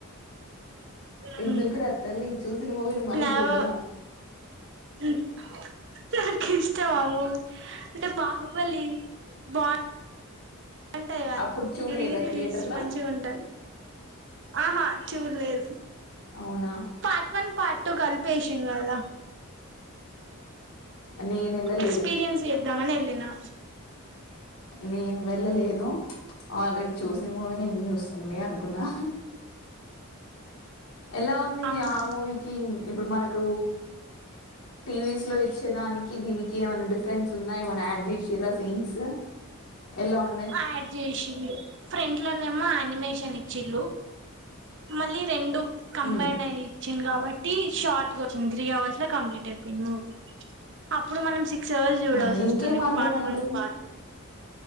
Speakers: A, on the right; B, on the left.
A: ఉమ్
B: ఎందుకు రా తల్లి చూసిన మూవీని మళ్ళీ
A: నావ
B: చూడడం
A: మ్ నాకిష్టం ఆ మూవీ అంటే బాహుబలి బావుం టదిగా
B: అప్పుడు చూడలేదా
A: ఈ రీ రిలీస్
B: థియేటర్లా
A: మంచిగా ఉంటది ఆహా చూలేదు
B: అవునా
A: పార్ట్ వన్, పార్ట్ టూ కలిపి ఏషిండ్రు కదా
B: నేను వెళ్ళలేదు
A: ఎక్స్పీరియన్స్ చేద్దామని ఎళ్లినా
B: నేను వెళ్ళలేను ఆల్రెడీ చూసిన మూవీనే ఏం చూస్ తములే అనుకున్నా ఎలా ఉంది
A: అవునా
B: ఆ మూవీకి ఇప్పుడు మనకు టీవీస్ లో ఇచ్చేదానికి దీనికి ఏమైనా డిఫరెన్స్ ఉందా ఏమైన్నా యాడ్ చేసారా సీన్స్. ఎలా ఉండే
A: యాడ్ చేసిండు ఫ్రెం ఇట్లోనేమో అనిమేషన్ ఇచ్చిళు మళ్ళీ రెండు కంబైన్
B: ఉమ్.
A: అయి ఇచ్చింది కాబట్టి షార్ట్ గా వచ్చింది త్రీ అవర్స్ లా కంప్లీట్ అయిపోయింది మూవీ అప్పుడు మనం సిక్స్ అవర్స్ జూడాల్సిసోస్తోంది
B: ఆ, ఇంకేం
A: వస్తుంది
B: అర్థం
A: పార్ట్
B: అవుతుంది
A: వన్ పార్ట్ టు